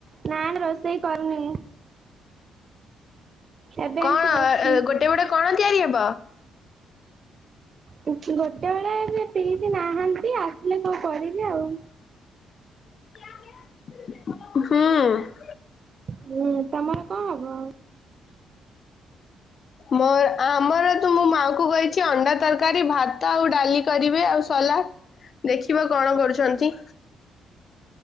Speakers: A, on the right; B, on the left.
A: ନା ରୋଷେଇ କରୁନି। ଏବେ
B: କଣ
A: ଏମିତି ବସିଛି
B: ଗୋଟେ, ଗୋଟେ କଣ ତିଆରି ହବ?
A: ଗୋଟେ ବେଳେ ଏ ପିଶି ନାହାନ୍ତି ଆସିଲେ କଣ କରିବେ ଆଉ?
B: ହୁଁ।
A: ହୁଁ ତମର କଣ ହବ?
B: ମୋର ଆମର ତୁ ମୋ ମାଆଙ୍କୁ କହିଛି ଅଣ୍ଡା ତରକାରୀ, ଭାତ ଆଉ ଡାଲି କରିବେ ଆଉ ସଲାଟ୍। ଦେଖିବା କଣ କରୁଛନ୍ତି।